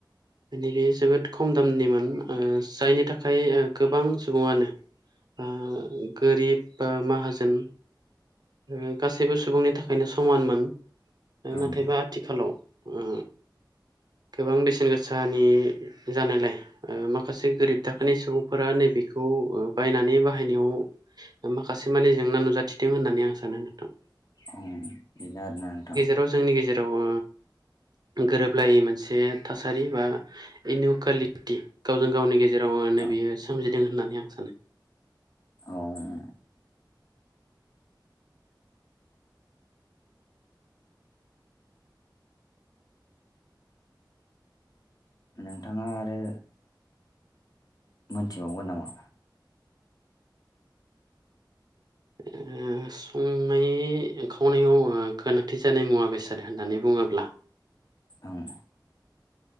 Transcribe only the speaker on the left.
ओं
ओं बिनो आरोना नोंथां।
औ
औ ओं। नोंथाङा आरो मोनथिबावगोन नामा?
ओं।